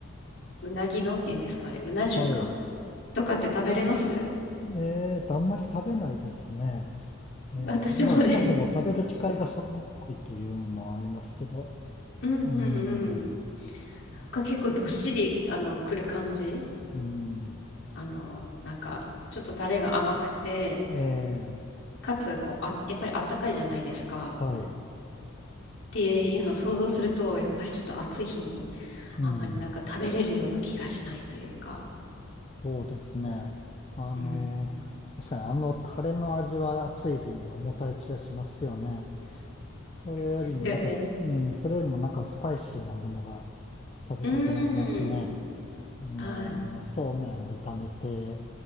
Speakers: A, on the left; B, on the left.
A: うなぎ丼っていうんですか、あれ、うな重か
B: はい。
A: とかって食べれます
B: えーと、あんまり食べないですね。えーまあ、
A: <laughs> 私もね、
B: そもそも食べる機会がそんなにないというのはありますけど。
A: うんうんうん。
B: うん。
A: なんか結構どっしり、あの、くる感じ
B: うん。
A: あの、なんか、ちょっとタレが甘くて、
B: ええ、
A: かつ、こう、あ、やっぱりあったかいじゃないですか。っ
B: はい。
A: ていうのを想像すると、やっぱりちょっと暑い日に、
B: うん。
A: あんまりなんか食べれるような気がしないというか。
B: そうですね。あの、
A: うん。
B: 確かにあのタレの味は暑い日に重たい気がしますよね。それよりもなんか、
A: ですよね。
B: うん、それよりもなんかスパイシーなものが。食べたくなりますね。
A: うーん。
B: あのー、
A: あー、
B: そうめんを炒めて、